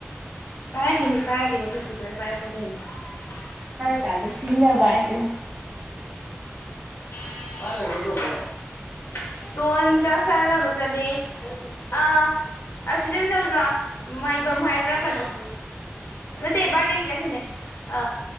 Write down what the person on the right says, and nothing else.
ꯀꯥꯟꯗꯩ ꯁꯤꯖꯤꯟꯅꯕ ꯑꯥꯏꯠꯇꯅꯤ